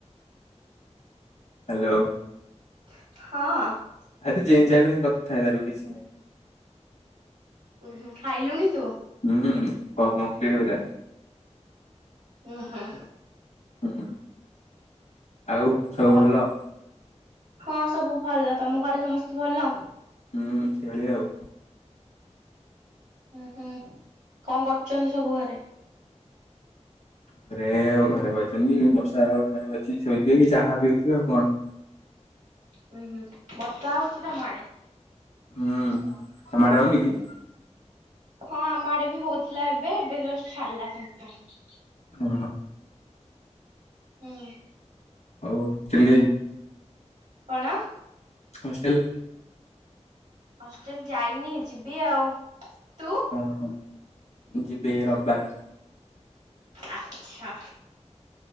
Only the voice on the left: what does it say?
ହାଲୋ।
ଏତେ ଚାହିଁଲେ କଥା ହେଇପାରିବୁ କିଛି ନାହିଁ।
ହୁଁ କଣ କମ୍ପିଲିଟ ପୁରା?
ହୁଁ ଆଉ
ସବୁ ଭଲ?
ହୁଁ ଖେଳିଆ ଆଉ।
ଘରେ ଆଉ ଘରେ ବଇଛନ୍ତି ବର୍ଷା ଘରେ ବସିଛି ଶୋଇଥିବେ କି ଚାହା ପିଉଥିବେ ଆଉ କଣ?
ହୁଁ ତମ ଆଡେ ହଉନିିକି?
ହଁ
ହଉ ଚଲିଗ।
ହଷ୍ଟେଲ।
ହଁ ହଁ। ଯିବି ରବାରେ।